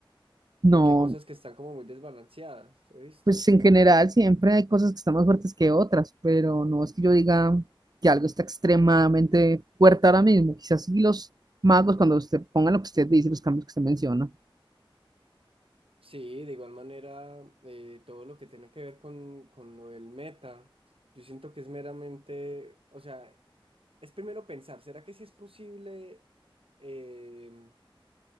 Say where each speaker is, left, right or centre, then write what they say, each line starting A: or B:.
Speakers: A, on the right; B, on the right.
A: No,
B: Aunque hay cosas que están como muy desbalanceadas, he visto.
A: Pues en general siempre hay cosas que están más fuertes que otras, pero no es que yo diga que algo está extremadamente fuerte ahora mismo. Quizás sí los magos, cuando usted ponga lo que usted dice, los cambios que usted menciona.
B: Sí, de igual manera, eh, todo lo que tiene que ver con, con lo del meta, yo siento que es meramente, o sea, es primero pensar, ¿será que sí es posible? em,